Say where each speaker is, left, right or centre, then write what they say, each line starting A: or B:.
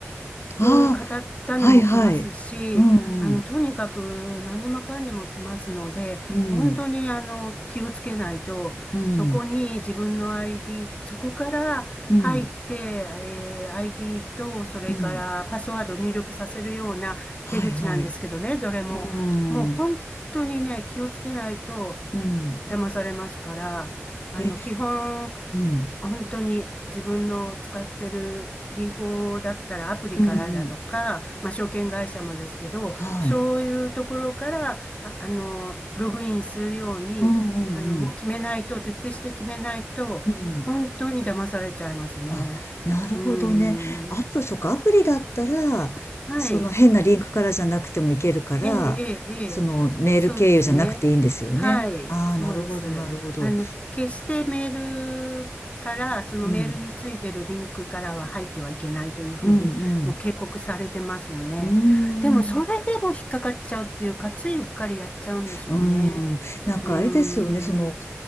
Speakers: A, on the left; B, on the left.
A: を語ったのも来ますし、
B: ああ、はいはい。うん、
A: あの、
B: うん、
A: とにかく何でもかんでも来ますので、
B: う
A: 本当にあの、気をつけないと、
B: ん、
A: そこに自分の ID、そこから入って、
B: うん、うん、
A: えー ID と、それからパスワードを入力させるような手口なんですけどね、
B: うん。はいはい。
A: どれも。
B: うん、
A: もう本当にね、気をつけないと、
B: うん。
A: 騙されますから、あの、
B: え、
A: 基本、
B: うん、
A: 本当に自分の使ってる銀行だったらアプリからだとか、
B: うん、うん。
A: まあ、証券会社もですけど、
B: はい。
A: そういうところから、あ、あの、ログインするように、
B: うん、
A: あの、
B: うん、
A: もう決めないと、徹底して決めないと、
B: うん、うん。
A: 本当に騙されちゃいますね。
B: あ、なるほどね。
A: うーん。
B: アプそっか、アプリだったら、
A: はい。
B: その変なリンクからじゃなくてもいけるから、
A: ええ、ええ、ええそうですね。
B: そのメール経由じゃなくていいんですよね。
A: はい、
B: ああ、
A: そうです。
B: なるほど、なるほど。
A: あの、決してメールから、そのメールについてるリンクからは入ってはいけないというふうに、
B: うん。うん、うん。
A: もう警告されてますよね。
B: うーん。
A: でも、それでも引っかかっちゃうっていうか、ついうっかりやっちゃうんでしょうね。
B: うーん。なんかあれですよね、
A: うーん。
B: その、